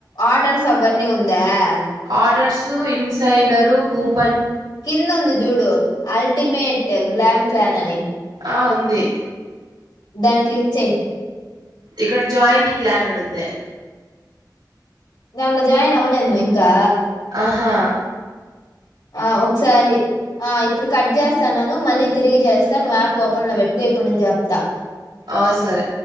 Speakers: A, on the left; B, on the right.
A: ఆర్డర్స్ అవన్నీ ఉంద యా యా
B: ఆర్డర్స్ ఇన్సైడరు కూప్
A: కింద ఉంది జూడు అల్టిమేట్ గ్లామ్ ప్యాన్ అని
B: ఆ ఉంది
A: దాని క్లిక్ చేయ్
B: ఇక్కడ జాయిన్ ఈ క్లాన్ అని ఉంది
A: దాన్లో జాయిన్ అవ్వలేదు నువ్వు ఇంకా
B: ఆహా
A: ఆ ఒకసారి ఆ ఇప్పుడు కట్ చేస్తాన్నాను మళ్ళీ తిరిగి చేస్తా నువ్వు యాప్ ఓపెన్ లో పెట్టుకో ఇప్పుడు నిను చెప్తా
B: ఆ సరే